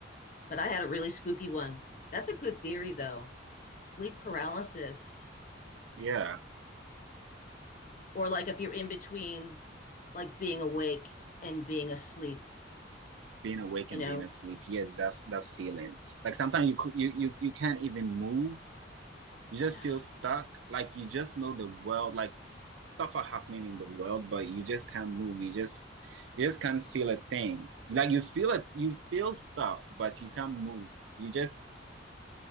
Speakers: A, on the left; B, on the right.
A: but I had a really spooky one. That's a good theory, though. Sleep paralysis.
B: Yeah.
A: or like if you're in between like being awake and being asleep,
B: Being awake and
A: you know?
B: being asleep. Yes, that's that's feeling. Like sometimes you cou- you you you can't even move You just
A: Yeah.
B: feel stuck. Like you just know the world, like stuff are happening in the world, but you just can't move. You just you just can't feel a thing. Like you feel it, you feel stuff, but you can't move. You just